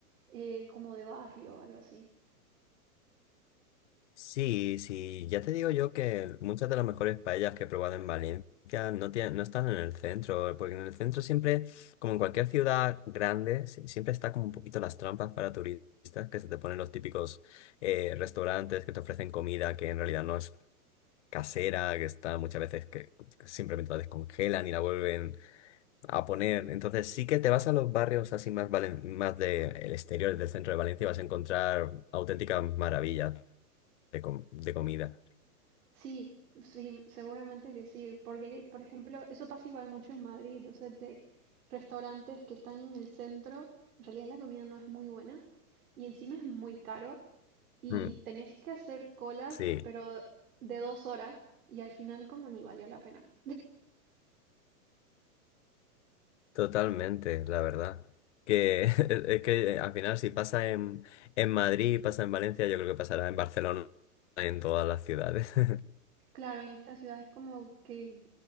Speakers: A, on the right (about 70°); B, on the left (about 50°).
A: eh, como de barrio o algo así.
B: Sí, sí, ya te digo yo que muchas de las mejores paellas que he probado en Valencia no, tienen, no están en el centro, porque en el centro siempre, como en cualquier ciudad grande, si- siempre está como un poquito las trampas para turistas, que se te ponen los típicos eh, restaurantes que te ofrecen comida que en realidad no es casera, que está muchas veces que simplemente la descongelan y la vuelven a poner. Entonces sí que te vas a los barrios así más, valen- más del exterior del centro de Valencia y vas a encontrar auténticas maravillas de com- de comida.
A: Sí, sí, seguramente que sí, porque, por ejemplo, eso pasa igual mucho en Madrid, o sea, de restaurantes que están en el centro, en realidad la comida no es muy buena y encima es muy caro y
B: Mm,
A: tenés que hacer colas,
B: Sí,
A: pero de dos horas y al final como ni valió la pena. <laughs>
B: totalmente, la verdad. Que <laughs> es que eh, al final si pasa en, en Madrid pasa en Valencia, yo creo que pasará en Barcelona y en todas las ciudades. <laughs>
A: Claro, en esta ciudad es como que,